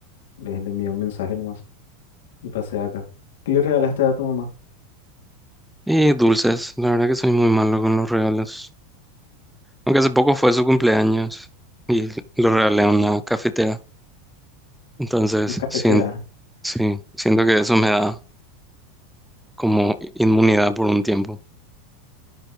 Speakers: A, on the left; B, in the centre.
A: le, le envié un mensaje nomás y pasé acá. ¿Qué le regalaste a tu mamá?
B: Y dulces, la verdad que soy muy malo con los regalos. Aunque hace poco fue su cumpleaños y le regalé una cafetera. Entonces,
A: Una cafetera,
B: sien- sí, siento que eso me da como inmunidad por un tiempo.